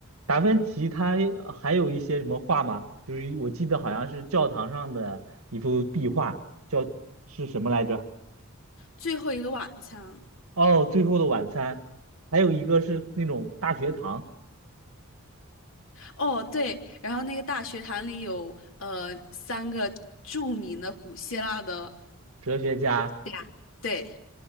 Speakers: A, on the right (about 85°); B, on the left (about 65°).
A: 达芬奇他还有一些什么画吗？就是我记得好像是教堂上的一幅壁画，叫是什么来着？
B: 最后一个晚餐，
A: 哦，《最后的晚餐》，还有一个是那种大学堂
B: 哦对，然后那个大学堂里有呃三个著名的古希腊的，
A: 哲学家，
B: 对啊。对